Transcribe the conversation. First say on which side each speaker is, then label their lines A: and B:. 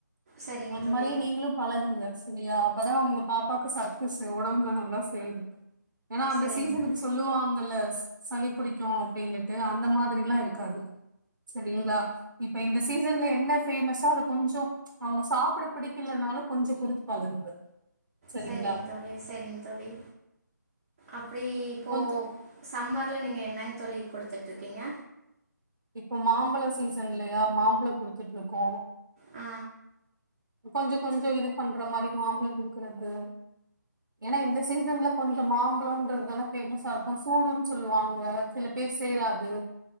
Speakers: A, on the right; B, on the right.
A: சரிங்
B: அது
A: தோழி
B: மாரியே நீங்களு பழகுங்க சரியா அப்பதா உங்க பாப்பாக்கு சத் துஸ் ஒடம்புல நல்லா சேரு ஏனா அந்த
A: சரிங்
B: சீசனுக்கு
A: தோ
B: சொல்லுவாங்கல்ல சளி புடிக்கு அப்டினுட்டு அந்த மாதிரில்லா இருக்காது சரிங்ளா இப்ப இந்த சீசன்ல என்ன ஃபேமஸா அத கொஞ்சோ அவங்க சாப்ட பிடிக்கலனாலு கொஞ்ச குடுத்து பழகுங்க சரிங்களா
A: செரிங் தோழி செரிங் தோழி அப்டி இப்போ
B: கொஞ்சோ
A: சம்மர்ல நீங்க என்னங் தோழி குடுத்துட்ரிக்கீங்க
B: இப்போ மாம்பழ சீசன்லயா மாம்பழ குடுத்துட்ருக்கோ
A: ஆ
B: கொஞ்ச கொஞ்ச இது பண்ற மாரி மாம்பழ குடுக்றது ஏனா இந்த சீசன்ல கொஞ்ச மாம்பழன்றதுதான ஃபேமஸா இருக்கு சூடுனு சொல்லுவாங்க சில பேர் சேறாது